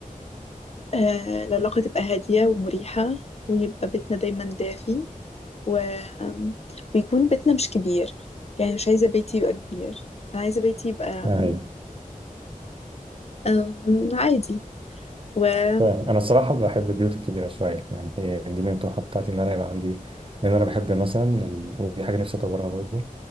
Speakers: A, on the left; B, on the right.
A: آه العلاقة تبقى هادية ومريحة ويبقى بيتنا دايما دافي و... آم، ويكون بيتنا مش كبير يعني مش عايزة بيتي يبقى كبير أنا عايزة بيتي يبقى
B: آه، أيوه
A: أم، عادي وعايزة
B: فاهم. أنا الصراحة بحب البيوت الكبيرة شوية يعني هي دي من الطموحات بتاعتي إن أنا يبقى عندي لأن أنا بحب مثلا ال... ودي حاجة نفسي أطورها برضو